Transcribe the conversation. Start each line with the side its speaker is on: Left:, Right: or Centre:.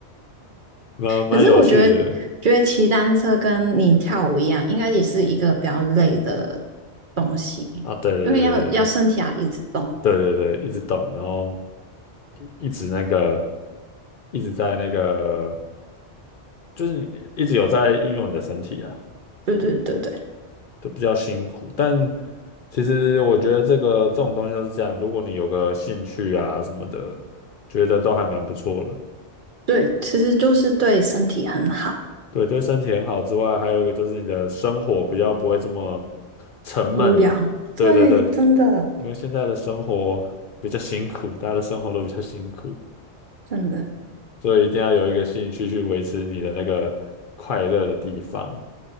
Left: <laughs> 蛮蛮有趣的
Right: 可是我觉得，觉得骑单车跟你跳舞一样，应该也是一个比较累的东西，
Left: 啊！对对对对
Right: 因为要要身体要一直动。
Left: 对对，对一直动，然后一直那个，一直在那个，就是你一直有在运用你的身体啊，
Right: 对对对对
Left: 就比较辛苦。但其实我觉得这个这种东西都是这样，如果你有个兴趣啊什么的，觉得都还蛮不错的。
Right: 对，其实就是对身体很好。
Left: 对，对身体很好之外，还有一个就是你的生活比较不会这么沉闷啦。
Right: 无聊，
Left: 对对对，
Right: 对，真的
Left: 因为现在的生活比较辛苦，大家的生活都比较辛苦，
Right: 真的
Left: 所以一定要有一个兴趣去维持你的那个快乐的地方。